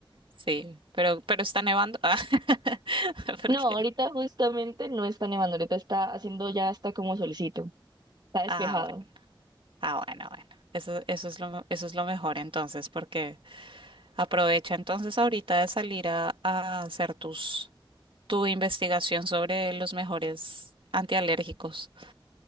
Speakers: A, on the right (about 70°); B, on the right (about 50°).
A: Sí, pero, pero está nevando. <laughs> Ah, <laughs> porque.
B: No, ahorita justamente no está nevando, ahorita está haciendo ya hasta como solicito. Está despejado.
A: Ah, bueno, ah, bueno, bueno. Eso, eso es lo, eso es lo mejor entonces, porque aprovecha entonces ahorita de salir a, a hacer tus, tu investigación sobre los mejores antialérgicos.